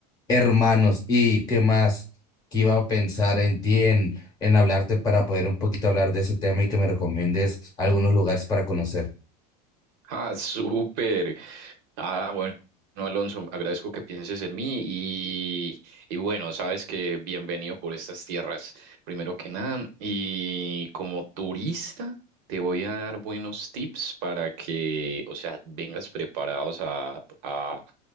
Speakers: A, on the left; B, on the right.
A: hermanos. ¿Y qué más? Que iba a pensar en ti, en, en hablarte para poder un poquito hablar de ese tema y que me recomiendes algunos lugares para conocer.
B: Ah, <laughs> súper. Ah, bueno, Alonso, agradezco que pienses en mí y, y bueno, sabes que bienvenido por estas tierras, primero que nada. Y como turista, te voy a dar buenos tips para que, o sea, vengas preparados a, a,